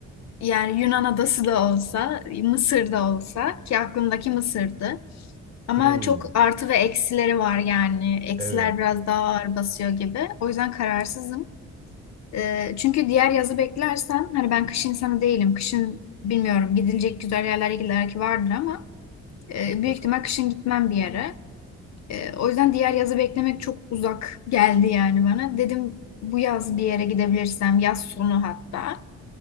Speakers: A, on the left; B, on the right.
A: yani Yunan adası da olsa, Mısır da olsa ki aklımdaki Mısır'dı. Ama
B: Hmm,
A: çok artı ve eksileri var yani. Eksiler
B: evet,
A: biraz daha ağır basıyor gibi. O yüzden kararsızım. Eee, çünkü diğer yazı beklersem hani ben kış insanı değilim. Kışın bilmiyorum gidilecek güzel yerler belki vardır ama eee,
B: mutlaka.
A: büyük ihtimal kışın gitmem bir yere. Ee, o yüzden diğer yazı beklemek çok uzak geldi yani bana. Dedim bu yaz bir yere gidebilirsem, yaz sonu hatta